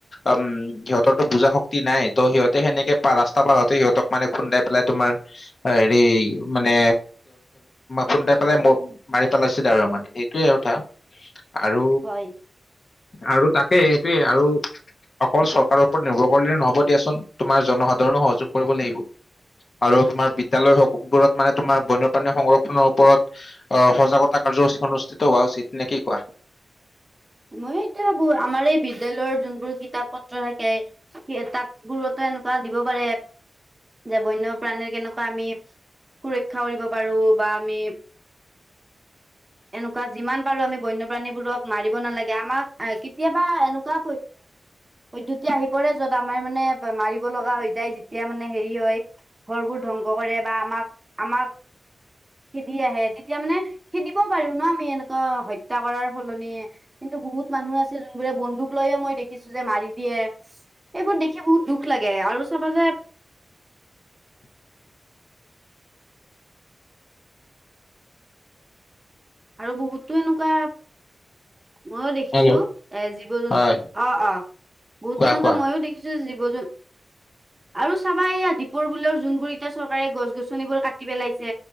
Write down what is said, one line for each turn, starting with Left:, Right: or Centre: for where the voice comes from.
Left: উম সিহতৰো বুজা শক্তি নাই ত সিহত তে সেনেকে ৰাস্তা পাৰতে সিহতক মানে খুন্দাই পেলাই তোমাৰ হেৰি মানে খুন্দাই পেলাই মাৰি পেলাইছিল আৰু মানে
Right: হয়,
Left: এইটোয়ে কথা আৰু।
Right: হয়।
Left: আৰু তাকেই সেইটোৱে আৰু অকল চৰকাৰৰ ওপৰত নিৰ্ভৰ কৰিলেে নহব দিয়াচোন তোমাৰ জনসাধাৰণো সহযোগ কৰিব লাগিব। আৰু তোমাৰ বিদ্য়ালয়বোৰত মানে তোমাৰ বন্যপ্ৰানণীৰ সংৰক্ষনৰৰ ওপৰত আহ সজাগতা কাৰ্য্য অনুষ্ঠিত হোৱা উচিত নে কি কোৱা?
Right: মই এইটো ভাবো আমাৰ এই বিদ্যালৈ যোনবোৰ কিতাপ পত্ৰ থাকে তাত বোৰত এনেকুৱা দিব পাৰে যে বন্য প্ৰাণী কেনেকুৱা আমি সুৰক্ষা কৰিব পাৰো বা আমি এনেকুৱা যিমান পাৰো আমি বন্যপ্ৰাণীবোৰক মাৰিব নালাগে আমাক কেতিয়াবা এনেকুৱা পদ্ধতি আহি পৰে যত আমাৰ মানে মাৰিব লগা হৈ যায় যেতিয়া মানে হেৰি হয় ঘৰবোৰ ধ্বংস কৰে বা আমাক - আমাক খেদি আহে তেতিয়া মানে খেদিব পাৰো ন আমি এনেকুৱা হত্যা কৰাৰ সলনি কিন্তু বহুত মানুহ আছিল যোনবোৰে বন্দুক লৈয়ে মই দেখিছো যে মাৰি দিয়ে। এইবোৰ দেখি বহুত দুখ লাগে আৰু চাবা যে
Left: <unintelligible>
Right: আৰু বহুতো এনেকুৱা মইও দেখিছো
Left: হেল্ল'
Right: এ জীৱ জন্তু
Left: হয়
Right: অ অ বহুতো
Left: কোৱা
Right: এনেকুৱা
Left: কোৱা
Right: ময়ো দেখিছো জীৱ জন আৰু চাবা এইয়া দীপৰ বোলৰ যোনবোৰ এতিয়া চৰকাৰে গছ গছনিবোৰ কাটি পেলাইছে